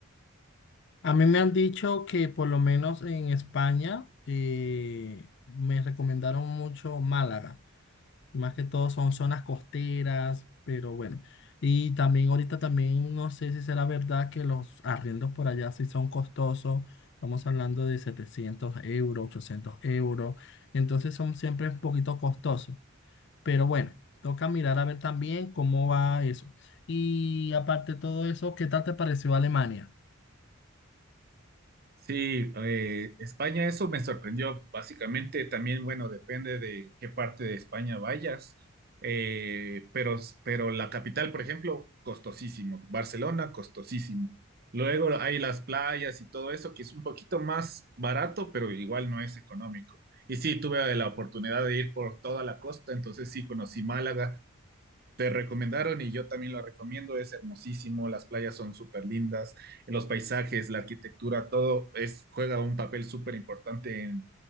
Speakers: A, on the left; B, on the right.
A: A mí me han dicho que por lo menos en España eh, me recomendaron mucho Málaga. Más que todo son zonas costeras, pero bueno. Y también ahorita también no sé si será verdad que los arriendos por allá sí son costosos. Estamos hablando de 700 euros, 800 euros. Entonces son siempre un poquito costosos. Pero bueno, toca mirar a ver también cómo va eso. Y aparte de todo eso, ¿qué tal te pareció Alemania?
B: Sí, eh, España, eso me sorprendió. Básicamente, también, bueno, depende de qué parte de España vayas, Eh, pero, pero la capital, por ejemplo, costosísimo. Barcelona, costosísimo. Luego hay las playas y todo eso, que es un poquito más barato, pero igual no es económico. Y sí, tuve la oportunidad de ir por toda la costa, entonces sí conocí Málaga, te recomendaron y yo también lo recomiendo, es hermosísimo, las playas son súper lindas, los paisajes, la arquitectura, todo es, juega un papel súper importante en,